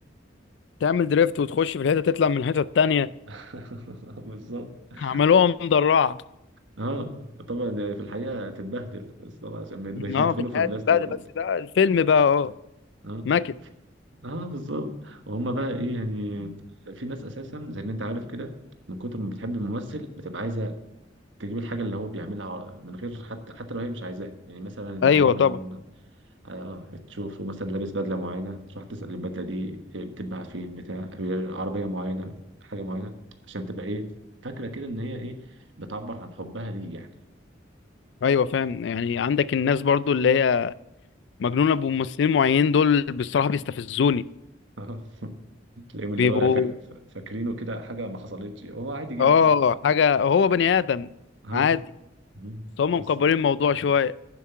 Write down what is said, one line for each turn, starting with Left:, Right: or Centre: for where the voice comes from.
Left: تعمل دريفت وتخش في الحته تطلع من الحته التانيه
Right: <laughs> بالظبط
Left: عملوها
Right: ف-
Left: مدرعه
Right: اه طبعا يعني في الحقيقة تتبهدل بس طبعا عشان بيدخلوا
Left: اه في الحياه
Right: في بلاستيك
Left: تتبهدل بس بقى الفيلم بقى اه
Right: اه
Left: ماكت
Right: ف... اه بالظبط وهم بقى ايه يعني في ناس اساسا زي ما انت عارف كده من كتر ما بتحب الممثل بتبقى عايزه تجيب الحاجه اللي هو بيعملها من غير حتى حتى لو هي مش عايزاها يعني مثلا
Left: ايوه
Right: دايما
Left: طبعا
Right: اه تشوفه مثلا لابس بدله معينه تروح تسال البدله دي بتتباع فين بتاع عربيه معينه حاجه معينه عشان تبقى ايه فاكره كده ان هي ايه بتعبر عن حبها ليه يعني
Left: ايوه فاهم يعني عندك الناس برضو اللي هي مجنونة بممثلين معينين دول بصراحة بيستفزوني
Right: <laughs> تلاقيهم اللي
Left: بيبقوا
Right: هو فا- فا- فاكرينه كده حاجه ما حصلتش هو عادي جدا
Left: اه حاجة هو بني آدم
Right: ها
Left: عادي
Right: مم.
Left: بس هم
Right: بالظبط
Left: مكبرين الموضوع شوية